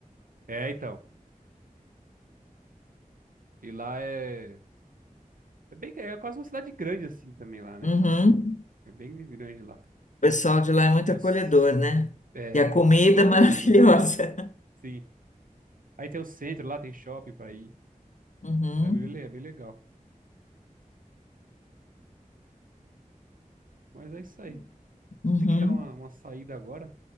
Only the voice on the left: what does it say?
Uhum.
O pessoal de lá é muito
acolhedor,
né?
E a comida
é maravilhosa.
<laughs>
Uhum.
Uhum.